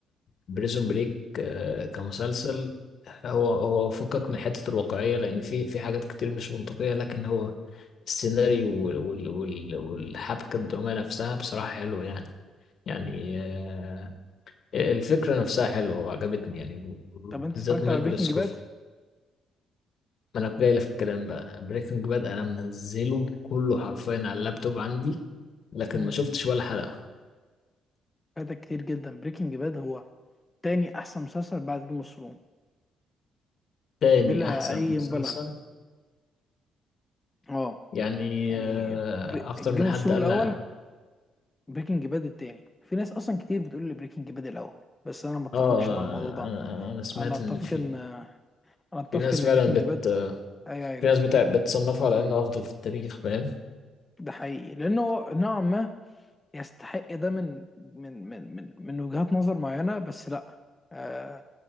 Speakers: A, on the left; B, on the left.
A: بريزون بريك كمسلسل هو هو فكك من حتة الواقعية لان في في حاجات كتير مش منطقية لكن هو السيناريو وال- وال- وال- والحبكة الدرامية نفسها بصراحة حلوة يعني يعني آه، الفكرة نفسها حلوة وعجبتني يعني
B: طب انت
A: بالذات
B: اتفرجت
A: مايكل
B: على بريكنج
A: سكوفي
B: باد
A: ما انا جاي في الكلام بقى بريكنج باد انا منزله كله حرفيا على اللابتوب عندي لكن
B: امم
A: ما شفتش ولا حلقة
B: فاتك كتير جدا بريكنج باد هو تاني احسن مسلسل بعد جيم اوف ثرونز
A: تاني
B: بلا
A: احسن
B: اي
A: مسلسل
B: مبالغه اه
A: يعني
B: يعني
A: آه، اكتر
B: جيم
A: من حد
B: اوف ثرونز
A: قال
B: الاول
A: لا
B: بريكنج باد التاني في ناس اصلا كتير بتقول لي بريكنج باد الاول بس انا ما اتفقش
A: اه
B: مع الموضوع ده
A: انا انا سمعت
B: انا اتفق
A: ان في
B: ان انا اتفق
A: في ناس
B: ان
A: فعلا
B: بريكنج
A: بت
B: باد ايوه ايوه
A: في ناس بت... بتصنفه على انه افضل في التاريخ فاهم
B: ده حقيقي لانه نوعا ما يستحق ده من من من من من وجهات نظر معينة بس لا آه